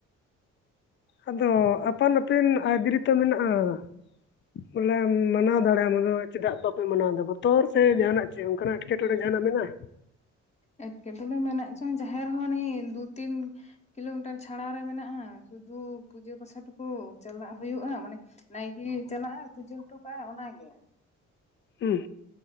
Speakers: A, on the left (about 40°); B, on the left (about 20°).
A: ᱟᱫᱚ ᱟᱯᱟᱱ ᱟᱹᱯᱤᱱ ᱟᱭᱫᱟᱹᱨᱤ ᱛᱚ ᱢᱮᱱᱟᱜᱼᱟ? ᱵᱚᱞᱮ ᱢᱟᱱᱟᱣ ᱫᱟᱲᱮ ᱟᱢ ᱟᱫᱚ ᱪᱮᱫᱟᱜ ᱵᱟᱯᱮ ᱢᱟᱱᱟᱣ ᱮᱫᱟ ᱵᱚᱛᱚᱨ ᱥᱮ ᱡᱟᱦᱟᱱᱟᱜ ᱪᱮᱫ ᱚᱱᱠᱟᱱᱟᱜ? ᱮᱸᱴᱠᱮᱴᱚᱬᱮ ᱡᱟᱦᱟᱸᱱᱟᱜ ᱢᱮᱱᱟᱜᱼᱟ?
B: ᱮᱸᱴᱠᱮᱴᱚᱬᱮ ᱢᱮᱱᱟᱜ ᱪᱚᱝ ᱡᱟᱦᱮᱨ ᱦᱚᱸ ᱩᱱᱤ ᱫᱩ ᱛᱤᱱ ᱠᱤᱞᱳᱢᱤᱴᱟᱨ ᱪᱷᱟᱲᱟ ᱨᱮ ᱢᱮᱱᱟᱜᱼᱟ ᱥᱩᱫᱩ ᱯᱩᱡᱟᱹ ᱯᱟᱥᱟ ᱴᱩᱠᱩ ᱪᱟᱞᱟᱜ ᱦᱩᱭᱩᱜᱼᱟ ᱢᱟᱱᱮ ᱱᱟᱭᱠᱮ ᱪᱟᱞᱟᱜᱼᱟ ᱯᱩᱡᱟᱹ ᱦᱚᱴᱚ ᱠᱟᱜᱼᱟᱭ ᱚᱱᱟ ᱜᱮᱼᱼ
A: ᱦᱩᱸ